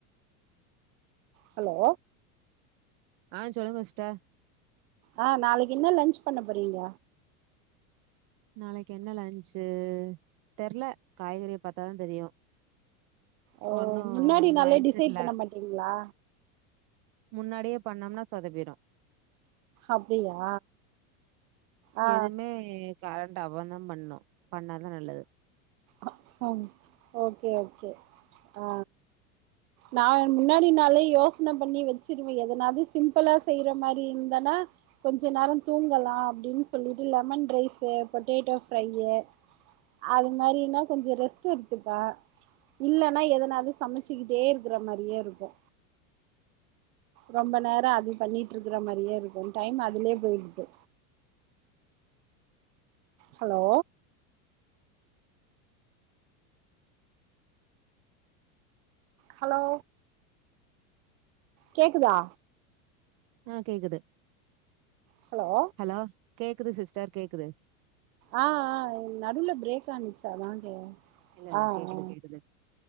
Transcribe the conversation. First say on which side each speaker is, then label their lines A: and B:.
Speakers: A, on the right; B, on the right.
A: ஹலோ
B: ஆ சொல்லுங்க சிஸ்டர்
A: ஆ நாளைக் என்ன லன்ச் பண்ண போறீங்க
B: நாளைக் என்ன லன்சு தெர்ல காய்கறிய பாத்தாதா தெரியு
A: ஓ
B: ஒன்னு
A: முன்னாடி நாலே
B: மைண்ட்
A: டிசைட்
B: செட்ல
A: பண்ண மாட்டீங்களா
B: முன்னாடியே பண்ணம்னா சொதப்பிடு
A: அப்டியா ஆ
B: எதுமே கரண்ட் அவன் தா பண்ணு பண்ணாதா நல்ல
A: அ சவுண்ட் ஓகே ஓகே ஆ நா முன்னாடி நாளே யோசன பண்ணி வச்சிடுவே எதனாது சிம்பிளா செய்ற மாரி இருந்தன்னா கொஞ்ச நேர தூங்கலா அப்டின் சொல்லிட்டு லெமன் ரைஸு பொட்டேட்டோ ஃப்ரையி அது மாரினா கொஞ்ச ரெஸ்ட் எடுத்துப்ப இல்லன்னா எதனாது சமச்சுக்கிட்டே இருக்குற மாரியே இருக்கு ரொம்ப நேர அது பண்ணிட்ருக்குற மாரியே இருக்கு டைம் அதுலே போயிடுது ஹலோ ஹலோ கேக்குதா
B: ஆ கேக்குது
A: ஹலோ
B: ஹலோ கேக்குது சிஸ்டர் கேக்குது
A: ஆ ஆ நடுல பிரேக் ஆனுச்சு அதா கே
B: இல்ல இல்ல
A: ஆ
B: கேக்குது
A: ஆ
B: கேக்குது